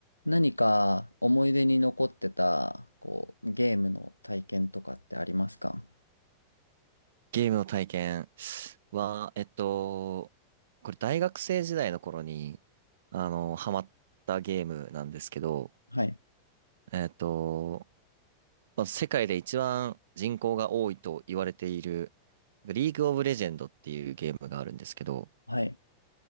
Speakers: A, on the left; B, on the right.
A: 何か思い出に残ってた、こう、ゲームの体験とかってありますか
B: ゲームの体験は、えっと、これ大学生時代の頃に、あの、ハマったゲームなんですけど、
A: はい。
B: えっと、まあ、世界で一番人口が多いと言われている、リーグオブレジェンドっていうゲームがあるんですけど、
A: はい。